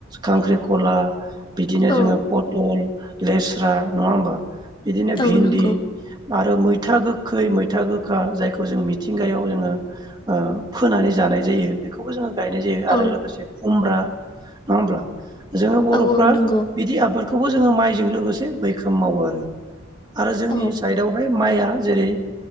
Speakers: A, on the right; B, on the left.
A: खांख्रिखला बिदिनो
B: औ
A: जोङो पथल लेस्रा नङा होमबा बिदिनो
B: औ
A: भिन्दि
B: नंगौ
A: आरो मैथा गोखै मैथा गोखा जाय खौ मिथिंगायाव जोङो ओ फोनानै जानाय जायो बेखौबो जों गायनाय जायो
B: औ
A: आरो लोगोसे खमब्रा नंङा होमब्ला जों बर'फोरा
B: औ औ नंगौ
A: बिदि आबादखो खौबो जोङो माइजों लोगोसे मैखोम मावो आरो आरो जोंनि
B: औ
A: साइडआवहाय माइआ जेरै